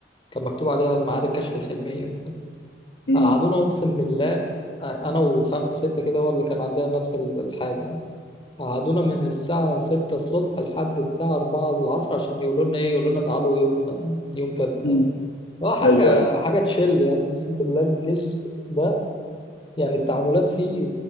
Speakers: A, on the left; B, on the left.
A: كان مكتوب عليها ميعاد الكشف الحلمية
B: امم
A: قعدونا أقسم بالله أنا وخمسة ستة كده هو اللي كان عندنا نفس ال- الحاجة قعدونا من الساعة 6 الصبح لحد الساعة 4 العصر عشان يقولوا لنا إيه يقولوا لنا تعالوا يوم يوم كذا
B: امم
A: فاهم هو حاجة
B: ايوه ايوه
A: حاجة تشل يعني أقسم بالله الجيش ده يعني التعاملات فيه